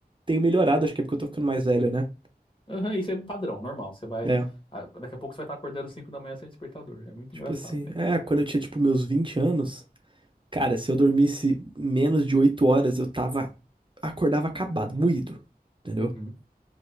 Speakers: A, on the right; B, on the left.
A: tenho melhorado, acho que é porque eu tô ficando mais velho, né?
B: Aham, isso é padrão, normal. Você vai.
A: É.
B: ah, Daqui a pouco você vai estar acordando às 5 da manhã sem despertador. É muito
A: Tipo
B: engraçado,
A: assim,
B: velho.
A: é, quando eu tinha, tipo, meus 20 anos. Cara, se eu dormisse menos de 8 horas, eu tava, acordava acabado, moído, entendeu?
B: Uhum.